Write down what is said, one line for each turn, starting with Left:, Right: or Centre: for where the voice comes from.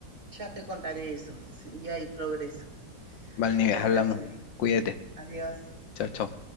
Right: ya te contaré eso, <laughs> y hay progreso.
Left: vale Valnives,
Right: Muchas
Left: hablamos.
Right: gracias.
Left: Cuídate.
Right: Adiós.
Left: Chao, chao.